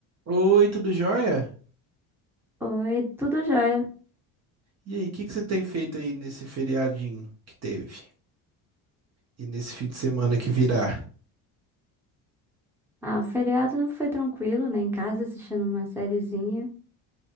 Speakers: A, on the right (about 35°); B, in the centre.
A: Oi, tudo jóia?
B: Oi, tudo jóia?
A: E aí, o que que você tem feito aí nesse feriadinho que teve? E nesse fim de semana que virá?
B: Ah, o feriado foi tranquilo, né? Em casa assistindo uma sériezinha.